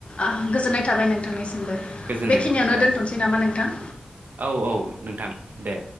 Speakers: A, on the left (about 45°); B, on the right (about 75°).
A: अह गोजोननाय थाबाय नोंथांनिसिमबो
B: गोजोननाय
A: बेखिनियावनो
B: थाबाय औ
A: दोन्थ'नोसै नामा नोंथां?
B: औ औ नोंथां दे